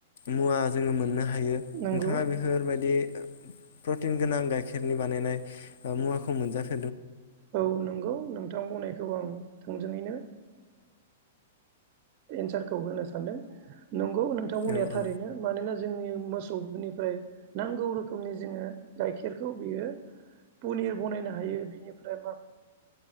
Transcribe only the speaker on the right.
नंगौ
औ नंगौ नोंथां बुंनायखौ औव औव थोंजोङैनो एन्सारखौ होनो सानदों नंगौ नोंथां बुंनाया
थारैनो
मानोना जोंनि मोसौफोरनिफ्राय नांगौ रोखोमनि जोङो गाइखेर खौ बियो पनिर बनायनो हायो बिनिफ्राय ओमफ्राय मा